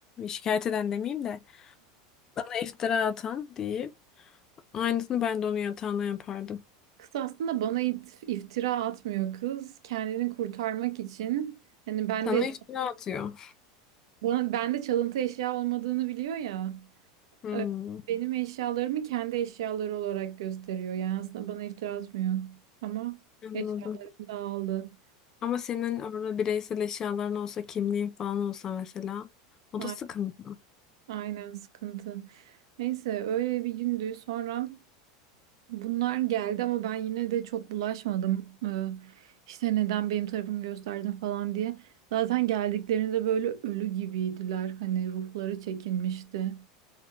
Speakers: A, on the left; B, on the right.
A: şikayet eden demeyeyim de bana iftira atan deyip aynısını ben de onun yatağına yapardım.
B: Kız aslında bana it- iftira atmıyor kız. Kendini kurtarmak için hani bende
A: Sana iftira atıyor.
B: bana bende çalıntı eşya olmadığını biliyor ya.
A: Hmm,
B: Ö- Benim eşyalarımı kendi eşyaları olarak gösteriyor. Yani aslında bana iftira atmıyor. Ama
A: anladım.
B: eşyalarım dağıldı.
A: Ama senin orada bireysel eşyaların olsa kimliğin falan olsa mesela o
B: A-
A: da sıkıntı.
B: Aynen sıkıntı. Neyse öyle bir gündü. Sonra Bunlar geldi ama ben yine de çok bulaşmadım. Ee, işte neden benim tarafımı gösterdin falan diye. Zaten geldiklerinde böyle ölü gibiydiler. Hani ruhları çekinmişti.